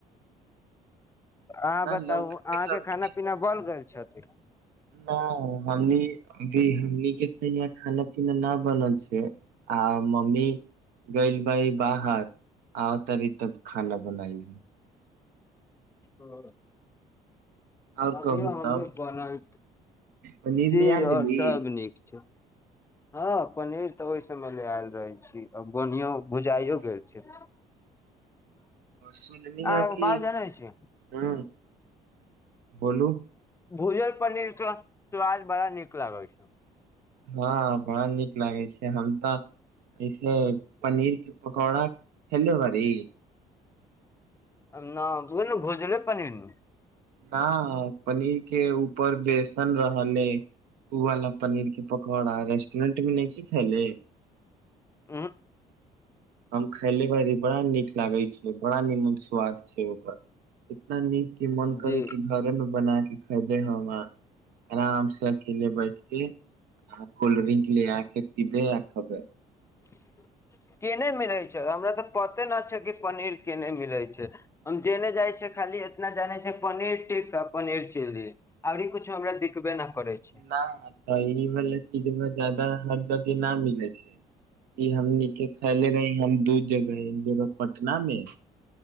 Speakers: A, on the left; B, on the right.
A: अहाँ
B: न
A: बताउ
B: लौकी
A: अहाँके
B: सब्जी
A: खाना पीना बन गेल छथि
B: नहि हमनी अभी हमनी के तऽ यहाँ खाना पीना न बनल छै आ मम्मी गेल बारि बाहर आव तारि त खाना बनाइ
A: ओ
B: आओर
A: अभियो
B: कहू तब
A: हमर बनल
B: पनीर
A: जी
B: ले आ लेली
A: आओर सब नीक छै हँ पनीर तऽ ओहि समेय लऽ आयल रहैल छी आ बनिओ भुजाइओ
B: अ,
A: गेल छै
B: सुनली ह
A: आ
B: कि
A: बात जनै छी
B: ह बोलू
A: भूजल पनीर के स्वाद बड़ा नीक लागय छै
B: हँ बड़ा नीक लागै छै हम तऽ पनीर के पकौड़ा खेले बारी
A: न ओहे न भुजले पनीर ने
B: न पनीर के ऊपर बेसन रहने ओ वाला पनीर के पकौड़ा रेस्टोरेंट मे नहिखे खैले
A: न
B: हम खायले बाड़ी बड़ा नीक लागल बड़ा निमन स्वाद छै ओकर इतना नीक कि मन करे
A: जी
B: कि घरे मे बना खरीदे हम आ आराम से अकेले बैठ के आ कोल्ड्रिंक ले आके पीबे आ खेबै
A: <inaudible> केने मिलै छै हमरा तऽ पते नहि छै कि पनीर केने मिलै छै हम जेने जाइ छियै खाली इतना जाने छै पनीर टिक्का पनीर चिली आओरी कुछो हमरा दिखबे न करै छै
B: न तऽ ई मतलब चीजमे ज्यादा हर जगह न मिलै छै ई हमनिके खैले रही हम दू जगह एक जगह पटना मे